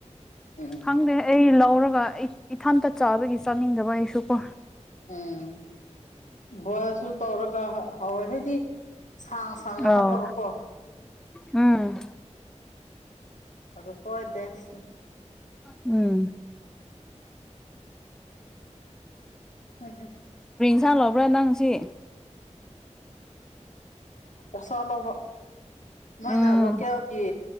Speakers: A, on the left; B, in the centre.
A: ꯎꯝ
B: ꯈꯪꯗꯦ ꯑꯩ ꯂꯧꯔꯒ ꯑꯩ ꯏꯊꯥꯟꯇ ꯆꯥꯕꯒꯤ ꯆꯥꯅꯤꯡꯗꯕ ꯑꯩꯁꯨꯀꯣ
A: ꯎꯝ ꯕꯣꯏꯜꯁꯨ ꯇꯧꯔꯒ ꯍꯧꯋꯦ ꯍꯥꯏꯗꯤ ꯁꯥꯡ ꯁꯥꯡꯅ
B: ꯑꯧ
A: ꯍꯥꯞꯔꯒꯀꯣ
B: ꯎꯝ
A: ꯑꯗꯨ ꯈ꯭ꯋꯥꯏ ꯕꯦꯁꯅꯤ
B: ꯎꯝ
A: <unintelligible>
B: ꯆꯛ ꯂꯧꯕ꯭ꯔ ꯅꯪꯁꯤ
A: ꯑꯣꯁꯥ ꯂꯧꯕ ꯅꯣꯏꯅ
B: ꯎꯝ
A: ꯂꯣꯀꯦꯜꯒꯤ